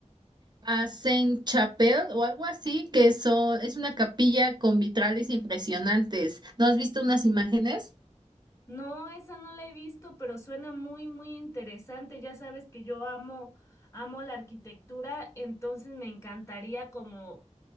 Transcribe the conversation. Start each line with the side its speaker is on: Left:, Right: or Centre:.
Right: a Saint-Chapelle o algo así, que son, es una capilla con vitrales impresionantes. ¿No has visto unas imágenes?
Left: No, esa no la he visto, pero suena muy, muy interesante. Ya sabes que yo amo, amo la arquitectura, entonces me encantaría como,